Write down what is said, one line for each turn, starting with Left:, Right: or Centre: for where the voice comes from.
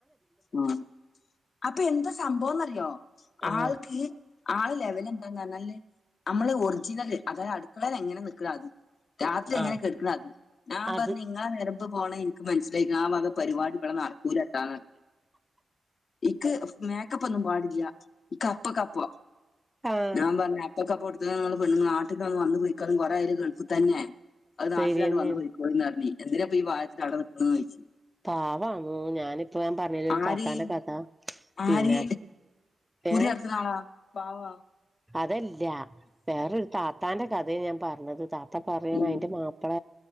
Left: ഉം അപ്പൊ എന്താ സംഭവംന്ന്റിയോ
Centre: ആഹ്
Left: ആൾക്ക് ആൾ ലെവൽ എന്താന്ന് പറഞ്ഞാല് നമ്മള് ഒറിജിനല് അതായത് അടുക്കളെൽ എങ്ങനെ നിൽക്ണത് അത് രാത്രി
Centre: ആഹ്
Left: എങ്ങനെ കെട്ക്ക്ണത് ഞാൻ
Centre: അത്
Left: പറഞ്ഞ ഇങ്ങെ നരമ്പ് പോണ മനസ്സിൽആയിക്‌ണ് ആ വകപരിപാടികളൾനടക്കൂലട്ടോ ഇക്ക്മൈ ക്കപ്പ് ഒന്നും പാടില്ല ഇക്ക് അപ്പക്ക് അപ്പോ
Centre: ആഹ്
Left: ഞാൻ പറഞ്ഞ പൊക്കപ്പടുത്ത പെണ് നാട്ടിൽന്ന് വന്ന് പോയിക്കും കുറെയായി ഗൾഫ് തന്നെയാണ് അത്
Centre: ശരിയന്നെയാണ്
Left: നാട്ടിലാണ്ട് വന്ന് പോയി കോളിന്ന് പറഞ്ഞ് എന്തിന ബപ്പൊ ഈ പ്രായത്തിൽ അടനിൽക്കണന്ന് പോദിച്ചു
Centre: പാവാണു ഞാനിപ്പ ഞൻ പറഞ്ഞില്ല ഒരു സാത്താന്റെ
Left: ആര്
Centre: കഥ പിന്നെ
Left: ആര് കുറി
Centre: ഏ
Left: എത്രനാളാ പവാ
Centre: അതല്ല വേറൊരു താത്താന്റെ കഥയെ ഞാൻ പറഞ്ഞത് താത്ത പറയണ
Left: ഉം
Centre: അതിന്റെ മാപ്പള